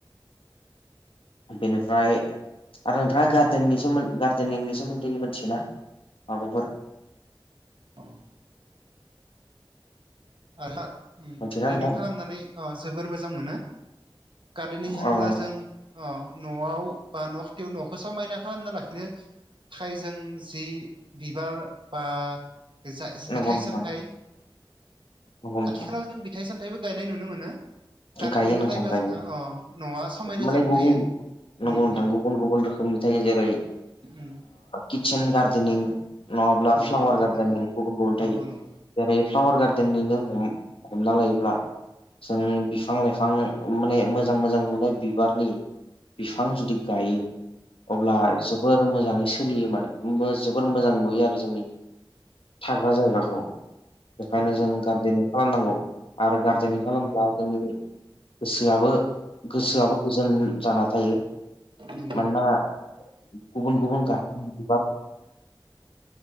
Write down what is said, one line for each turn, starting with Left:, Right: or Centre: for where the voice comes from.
Left: बेनिफ्राय आरो नोंथाङा गार्देननि सोमोन गार्देनिंनि सोमोन्दै मिथियोना? माबाफोर
Right: अ <unintelligible>
Left: मिथियोना नोंथां
Right: निं खालामनानै जोबोर मोजां मोनो गार्देनिं होनोब्ला
Left: औ
Right: जों अ न'आव बा न' खाथियाव न'खौ समायना खालामना लाखिनो थाखायजों जि बिबार बा जा
Left: नंगौ
Right: बिथाइ
Left: नोंथां
Right: सामथाइ
Left: नंगौ नोंथां
Right: आथिखालाव जों फिथाइ सामथायाइबो गायनाय नुनो मोनो गार्देनिं
Left: गायो
Right: खालायबा
Left: नोंथां गायो
Right: जोंहा अ न'आ समायना
Left: माने
Right: जाना
Left: गुबुन
Right: थायो।
Left: नंगौ
Right: उम
Left: नोंथां
Right: उम
Left: गुबुन गुबुन रोखोमनि थायो जेरै
Right: उम
Left: किटसेेन गार्देनिं नङाब्ला
Right: नंगौ
Left: फ्लावार
Right: नोंथां
Left: गार्देन
Right: नंगौ
Left: गुबुन गुबुन
Right: नंगौ
Left: थायो।
Right: नंगौ
Left: जेरै फ्लावार गार्देननिनो हमना लायोब्ला जों बिफां लाइफां माने मोजां मोजां नुनाय बिबारनि बिफां जुदि गायो अब्ला जोबोर मोजाङै सोलियो माने जोबोर मोजां नुयो आरो जोंनि थाग्रा जायगाखौ। बेखायनो
Right: नंगौ
Left: जों गार्देनिं खालामनांगौ आरो गार्देनिं
Right: नंगौ
Left: खालामब्ला जोंनि गोसोआबो गोसोआबो गोजोन जाना थायो
Right: नंगौ
Left: मानोना गुबुन गुबुन <unintelligible> बिबार